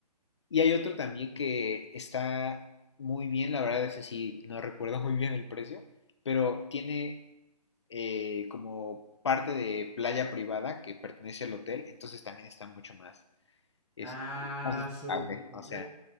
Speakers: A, on the left (about 45°); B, in the centre.
A: Y hay otro también que está muy bien, la verdad, ese sí no recuerdo <laughs> muy bien el precio, pero tiene eh, como parte de playa privada que pertenece al hotel, entonces también está mucho más, es
B: Ah,
A: más estable,
B: su comple-
A: o sea,